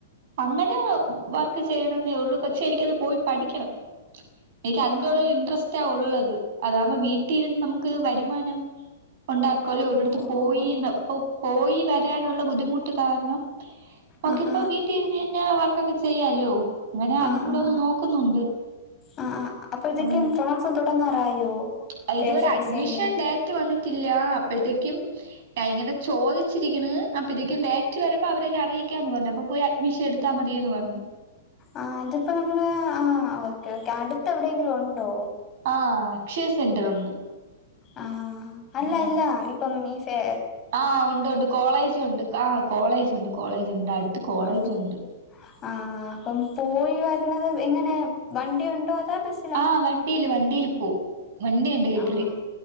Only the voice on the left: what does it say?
ആ ആ
ഓ
ഓ
ഓ
ആ ആ
ആ ആ
ആ ആ അപ്പോഴത്തേക്കും
ക്ലാസ് തുടങ്ങാറായോ.
ഫാഷൻ
ഡിസൈനിങ്ങിന്റെ
ആഹ് അതിപ്പോ നമ്മള് ആഹ് ഓക്കെ ഓക്കെ അടുത്ത് എവിടെയെങ്കിലും ഉണ്ടോ
ആഹ് അല്ല
ഇല്ല ഇപ്പം ഈ ഫേ
ആഹ്
ആഹ് അപ്പം പോയി വര്ന്നത് എങ്ങനെ വണ്ടി ഉണ്ടോ അതാ ബസ്
ആഹ്